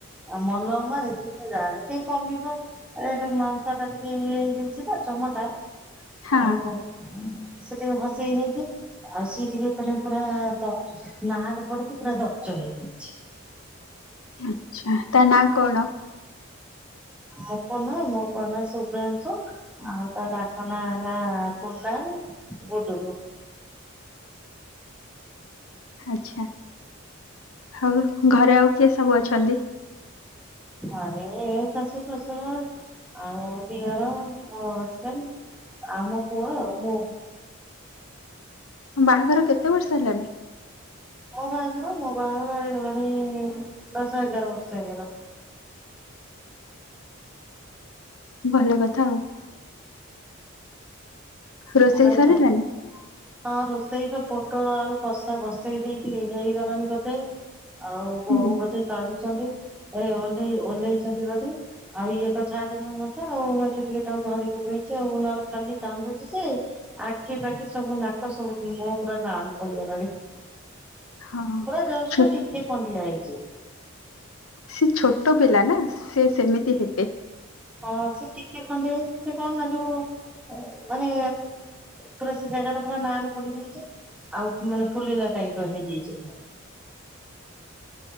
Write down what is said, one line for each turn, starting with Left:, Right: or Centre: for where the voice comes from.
Centre: ଆଉ ମଲମ ମାରିଚି ସେ ଯାହା ବି ହେଲେ ଟିକେ କମିବ। ଏଇଆ ଯୋଉ ମାଂସ ଟା ଟିକେ ଇଏ ହେଇ ଯାଇଛି ତ ଚମ ଟା।
Left: ହଁ
Centre: ଆଉ ଉଁ ସେ ଟିକେ ଘସି ହେଇ ଯାଇଛି ଆଉ ସିଏ ଟିକେ। ମାନେ ପୁରା ଦର ନାଲେ ପଡକି ପୁରା ଦରଜ ହେଇଯାଇଛି।
Left: ଆଛା ତା ନାଁ କଣ।
Centre: ମୋ ପୁଏ ନାଁ। ମୋ ପୁଅ ନା ଶୁଭ୍ରାଂଶୁ। ଆଉ ତା ଡାକ ନାଁ ହେଲା କୁନାଲ ଗୁଡୁଲୁ।
Left: ଆଛା ଆଉ ଘରେ ଆଉ କିଏ ସବୁ ଅଛନ୍ତି।
Centre: ଆରେ ଏ ଶାଶୁ ଶଶୁର ଆଉ ଦିଅର ମୋ ହଜବେଣ୍ଡ ଆମ ପୁଅ ଆଉ ମୁଁ
Left: ତମ ବାହାଘର କେତେ ବର୍ଷ ହେଲାଣି?
Centre: ମୋ ବାହାଘର ମୋ ବାହାଘର ହେଇଗଲାଣି ଦଶ ଏଗାର ବର୍ଷ ହେଇଗଲାଣି
Left: ଭଲ କଥା ଆଉ ରୋଷେଇ
Centre: ଆଉ
Left: ସରିଲାଣି?
Centre: ତ ହଁ ରୋଷେଇ ବା ପୋଟଳ ଆଳୁ କଷା ବସେଇ ଦେଇକି ହେଇଗଲାଣି ବୋଧେ ଆଉ ବୋଉ
Left: ହୁଁ
Centre: ବୋଧେ କାଢୁଛନ୍ତି ଏ ଓଲେଇ ଓହ୍ଲେଇଛନ୍ତି ବୋଧେ ଆଉ ଇଏ ତ ଛାଡୁନି ମତେ ଆଉ ମୁଁ ଏଠି ଟିକେ ତାକୁ ଧରିକି ବୋଇଛି ଆଉ ନହେଲେ ଖାଲି କାନ୍ଦୁଛି ସେ ଆଖି ପାଖି ସବୁ ନାକ ସବୁ ମୋ ପୁରା ନାଲ୍ ପଡିଗଲାଣି
Left: ହଁ
Centre: ପୁରା ଜଷ୍ଟ
Left: ଛୋ
Centre: ଟିକେ ଖଣ୍ଡିଆ ହେଇଛି
Left: ସେ ଛୋଟ ପିଲା ନା ସେ ସେମିତି ହେବେ
Centre: ହଁ ସେ ଟିକେ ଖଣ୍ଡେ ସେ କଣ ନା ଯୋଉ ମାନେ ପୁରା ସେ ଜାଗା ଟା ପୁରା ନାଲ୍ ପଡି ଯାଇଛି ଆଉ ମାନେ ଫୁଲିଲା ଟାଇପ ର ହେଇଯାଇଛି ପୁରା
Left: <inaudible>